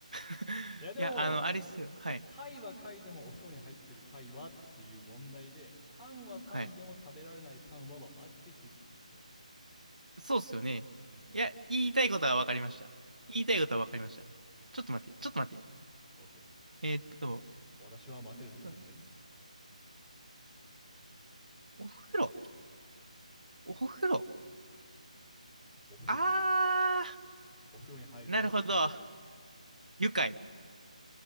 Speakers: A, on the right; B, in the centre.
A: <laughs>
B: いやでも、
A: いや、あの、あれですよ。はい。
B: 貝は貝でもお風呂に入ってる貝はっていう問題で、パンはパンでも食べられないパンははマジでヒントです、
A: はい。
B: これ。
A: そうっすよね。
B: うん。
A: いや、言いたいことは分かりました。言いたいことは分かりました。ちょっと待って、ちょっと待って。
B: OK。
A: えーっと、
B: 私は待てる人間です。
A: んお風呂、お風呂。
B: お風呂。
A: あ
B: お風呂に入ると
A: ー、なるほど。愉快。